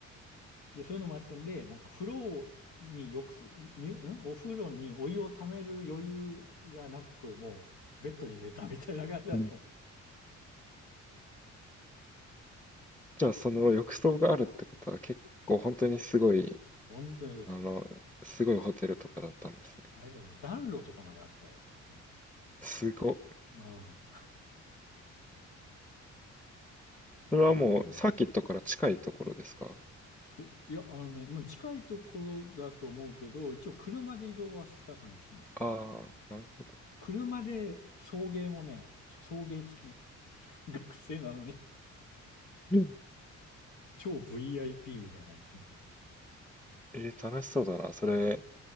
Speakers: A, on the left; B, in the centre.
A: で、そういうのもあったんで、なんか風呂に浴す、に、にんお風呂にお湯をためる余裕がなく、もうベッドに寝たみたいな感じだと。
B: と。うんじゃあ、その浴槽があるってことは、結構本当にすごい、
A: 本当に、
B: あの、すごいホテルとかだったんですね。
A: あれだよ、もう暖炉とかまであったよ。うん。
B: すご。
A: うん
B: それはもう、
A: あのー
B: サーキットから近いところですか
A: そいや、あのね、もう近いところだと思うけど、一応車で移動はした感じですね。
B: ああー、なるほど。
A: 車で送迎もね、送迎付き。<laughs> 学生なのに。
B: うん
A: 超 VIP みたいな感じ、その時。
B: えー、楽しそうだな。それ、